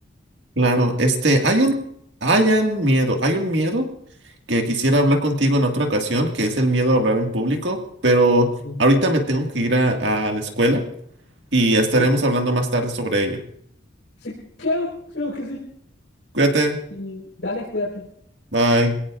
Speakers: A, on the right; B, on the left.
A: Claro, este, hay un, hay un miedo, hay un miedo que quisiera hablar contigo en otra ocasión, que es el miedo a hablar en público, pero
B: Mm.
A: ahorita me tengo que ir a, a la escuela. y estaremos
B: Sí,
A: hablando más tarde sobre ello.
B: sí, claro, creo que sí.
A: Cuídate,
B: Y dale, cuídate.
A: bye.